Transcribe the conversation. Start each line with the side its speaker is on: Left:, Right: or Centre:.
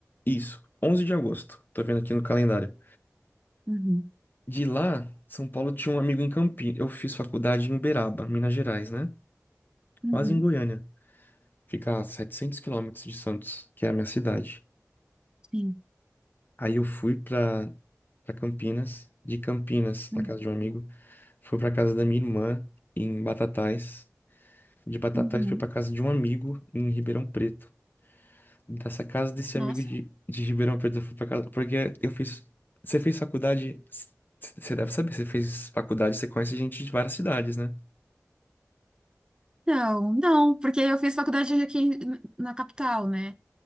Left: Isso, 11 de agosto. Tô vendo aqui no calendário.
Right: Uhum.
Left: De lá, São Paulo tinha um amigo em Campinas. Eu fiz faculdade em Uberaba, Minas Gerais, né?
Right: Uhum,
Left: Quase em Goiânia. Fica a 700 quilômetros de Santos, que é a minha cidade.
Right: sim.
Left: Aí eu fui pra, pra Campinas, de Campinas,
Right: Hum,
Left: na casa de um amigo. Fui pra casa da minha irmã, em Batatais. de Batatais,
Right: Uhum.
Left: fui pra casa de um amigo em Ribeirão Preto. Dessa casa desse
Right: Nossa.
Left: amigo de, de Ribeirão Preto, eu fui pra casa. Porque eu fiz. Você fez faculdade. c- Você deve saber, você fez faculdade, você conhece gente de várias cidades, né?
Right: Não, não, porque eu fiz faculdade aqui na capital, né?